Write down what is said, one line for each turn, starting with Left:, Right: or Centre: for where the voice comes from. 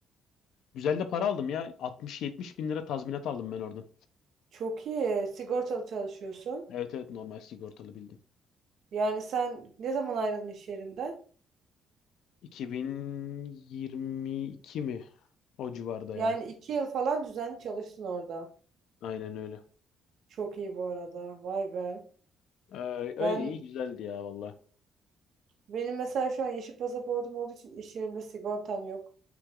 Left: Güzel de para aldım ya. 60-70 bin lira tazminat aldım ben oradan.
Right: çok iyi. Sigortalı çalışıyorsun.
Left: Evet evet normal sigortalı bildim.
Right: Yani sen ne zaman ayrıldın iş yerinden?
Left: 2022 mi? O civarda
Right: Yani
Left: ya.
Right: iki yıl falan düzenli çalıştın orada.
Left: Aynen öyle.
Right: Çok iyi bu arada. Vay be.
Left: Ee, öyle
Right: Ben
Left: iyi güzeldi ya valla.
Right: benim mesela şu an yeşil pasaportum olduğu için iş yerimde sigortam yok.